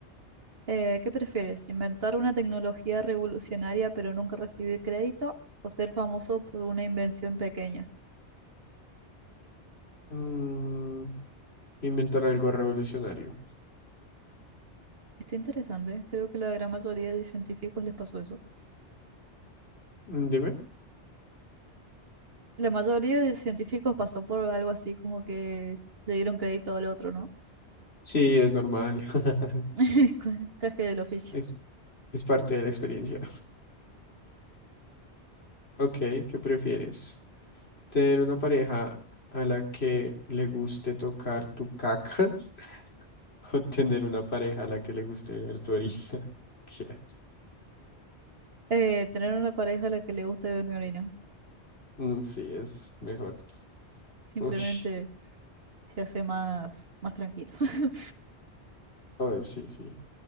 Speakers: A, on the right; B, on the left.
A: Eh, ¿qué prefieres? ¿Inventar una tecnología revolucionaria pero nunca recibir crédito o ser famoso por una invención pequeña?
B: Mm, inventar algo revolucionario.
A: Está interesante, ¿eh? creo que la gran mayoría de científicos les pasó eso.
B: Mm, Dime.
A: La mayoría de científicos pasó por algo así, como que le dieron crédito al otro, ¿no?
B: Sí, es normal. <laughs>
A: <laughs> Con- Caje del oficio.
B: Es, es parte de la experiencia. Ok, ¿qué prefieres? ¿Tener una pareja a la que le guste tocar tu caca <laughs> o tener una pareja a la que le guste ver tu orina? <laughs> ¿Qué?
A: Eh, tener una pareja a la que le guste beber mi orina.
B: Mm, sí, es mejor.
A: Simplemente
B: Ush,
A: se hace más, más tranquilo. <laughs>
B: a ver, sí, sí.